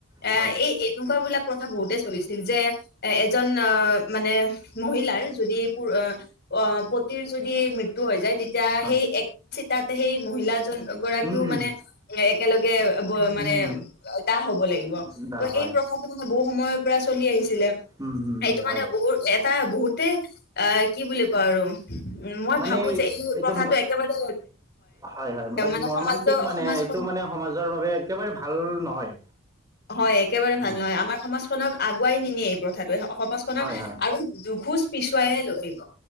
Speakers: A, on the left; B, on the right.
A: এ
B: হয়
A: এই এনেকুৱা বিলাক প্ৰথা বহুতে চলিছিল যে এ এজন আহ মানে মহিলাৰ যদি পো আ অ পতিৰ যদি মৃত্যু হৈ যায়, তেতিয়া
B: হয়
A: সেই এক চিতাতে সেই মহিলাজন গৰাকীও
B: উম উম
A: মানে একেলগে ব মানে
B: উম
A: দাহ হব লাগিব,
B: উম বা
A: ত
B: হয়
A: এই প্ৰস সেইটো মানে বহু সময়ৰ পৰা চলি আহিছিলে,
B: উম উম
A: সেইটো
B: উম হয়
A: মানে বহুত এটা বহুতে অ কি বুলি কয় আৰু উম, মই
B: মানে
A: ভাবো যে এই
B: এইটো
A: প্ৰথাটো একেবাৰে
B: হয় হয়,
A: মানে
B: মৰ্মান্তিক
A: সমাজ
B: মানে
A: সমাজখন
B: এইটো মানে সমাজৰ বাবে একেবাৰে ভাল নহয়।
A: হয় একেবাৰে
B: উম
A: ভাল নহয়, আমাৰ সমাজখনক আগুৱাই নি নিয়ে এই প্ৰথাটোৱে সমাজখনক
B: হয় হয়
A: আৰু দুখোজ পিছুৱাইহে লৈ আহিব।